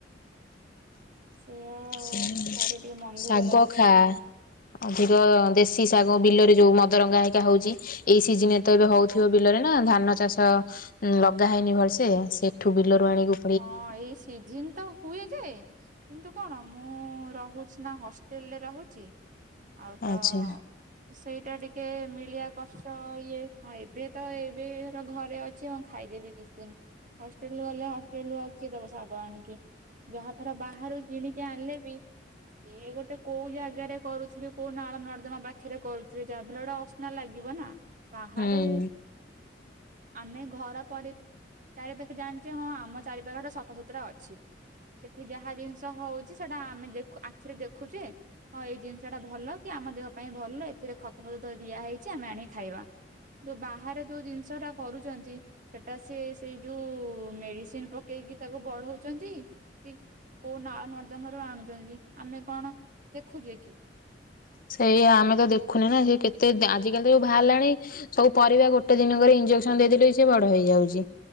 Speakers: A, on the right (about 45°); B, on the left (about 50°).
A: ସେଇଆ।
B: ହୁଁ
A: ଭାରି ଟିକେ ମନ
B: ଶାଗ
A: ଦୁଃଖ ଲାଗୁଛି
B: ଖା। ଅଧିକ ଦେଶୀ ଶାଗ ବିଲରେ ଯୋଉ ମଦରଙ୍ଗା ହେକା ହଉଛି। ଏଇ ସିଜିନରେ ତ ଏବେ ହଉଥିବ ବିଲରେ ନା ଧାନ ଚାଷ। ଲଗା ହେଇନି ଭଲସେ ସେ ସେଠୁ ବିଲରୁ ଆଣିବୁ।
A: ହଁ ଏଇ ସିଜନ୍ ତ ହୁଏ ଯେ କିନ୍ତୁ କଣ। ମୁଁ ରହୁଛି ନା ହଷ୍ଟେଲରେ ରହୁଛି ଆଉ ତ।
B: ଆଚ୍ଛା
A: ସେଇଟା ଟିକେ ମିଳିବା କଷ୍ଟ ଇଏ ହଁ ଏବେ ତ ଏବେ ଘରେ ଅ ଅଛି ହଁ ଖାଇଦେବି କିଛି ଦିନ ହଷ୍ଟେଲ ଗଲେ ହ ହଷ୍ଟେଲ ରେ ଆଉ କିଏ ଦବ ଶାଗ ଆଣିକି ଯାହା ଧର ବାହାରୁ କିଣିକି ଆଣିଲେ ବି। ସେ ଗୋଟେ କୋଉ ଜାଗାରେ କରୁଥିବେ କୋଉ ନାଳ ନର୍ଦ୍ଦମା ପାଖେରେ କରୁଥିବେ ଯାହାବି ହେଲେ ସେଟା ଅ ସନା ଲାଗିବ ନା ବାହାରେ।
B: ହୁଁ
A: ଆମେ ଘର ପରେ ଚାରି ପାଖେ ଜାଣିଛେ ହଁ ଆମର ଚାରି ପାଖ ଟା ସଫାସୁତୁରା ଅଛି ସେଠି ଯାହା ଜିନିଷ ହଉଛି। ସେଟା ଆମେ ଦେଖୁ ଆଖିରେ ଦେଖୁଛେ। ହଁ ଏଇ ଜିନିଷ ଟା ଭଲ କି ଆମ ଦେହ ପାଇଁ ଭଲ ଏଥିରେ ଖତଫତ ତ ଦିଆ ହେଇଛି ଆମେ ଆଣିକି ଖାଇବା। ଯୋଉ ବାହାରେ ଯୋଉ ଜିନିଷ ଟା କରୁଛନ୍ତି ସେଟା ସିଏ ସେଇ ଯୋଉ ମେଡିସିନ ପ ପକେଇକି ତାକୁ ବଢଉଛନ୍ତି କି କୋଉ ନାଳ ନର୍ଦ୍ଦମା ରୁ ଆଣୁଛନ୍ତି କି ଆମେ କଣ ଦେଖୁଛେ କି।
B: ସେଇଆ ଆମେ ତ ଦେଖୁନେ ନା ସେ କେତେ ଆଜି କାଲି ତ ଯୋଉ ବାହାଲାଣି। ସବୁ ପରିବା ଗୋଟେ ଦିନକରେ ଇଞ୍ଜେକ୍ସନ ଦେଇଦେଲେ ବି ସେ ବଡ ହେଇଯାଉଛି।